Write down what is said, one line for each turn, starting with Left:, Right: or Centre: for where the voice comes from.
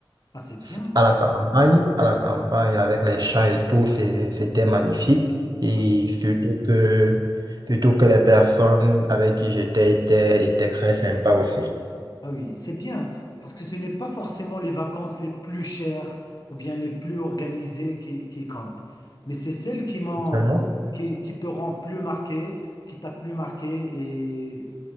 Left: Ah, c'est bien.
Right: c- à la campagne, à la campagne avec les champs et tout, c'est- c'était magnifique. Et
Left: Ah.
Right: surtout que, surtout que les personnes avec qui j'étais étaient, étaient très sympas aussi.
Left: Ah oui, c'est bien, parce que ce n'est pas forcément les vacances les plus chères ou bien les plus organisées qui, qui comptent, mais c'est celles qui m'ont,
Right: Vraiment.
Left: euh, qui, qui te rend plus marqué, qui t'a plus marqué, et